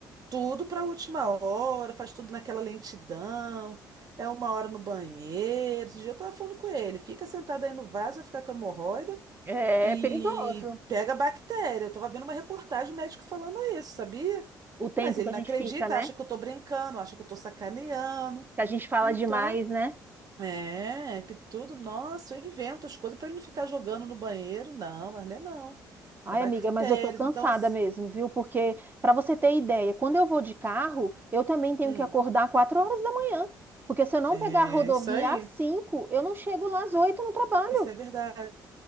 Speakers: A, on the right (about 50°); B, on the right (about 25°).
A: tudo para a última hora, faz tudo naquela lentidão. É uma hora no banheiro. Esse dia eu tava falando com ele, fica sentado aí no vaso, vai ficar com hemorroida
B: É
A: e
B: perigoso
A: pega bactéria. Eu tava vendo uma reportagem médico falando isso, sabia?
B: o tempo
A: Mas ele
B: que a
A: não
B: gente
A: acredita,
B: fica, né?
A: acha que eu tô brincando, acha que eu tô sacaneando.
B: Que a gente fala
A: Então,
B: demais, né?
A: é, que tudo, nossa, eu invento as coisas pra ele não ficar jogando no banheiro, não, mas não é não.
B: Ai,
A: É bactérias,
B: amiga, mas eu tô cansada
A: então assim,
B: mesmo, viu? Porque, pra você ter ideia, quando eu vou de carro, eu também tenho
A: hum,
B: que acordar 4 horas da manhã. Porque se eu não
A: é
B: pegar a rodovia
A: isso aí,
B: às 5, eu não chego lá às 8 no trabalho.
A: isso é verdade.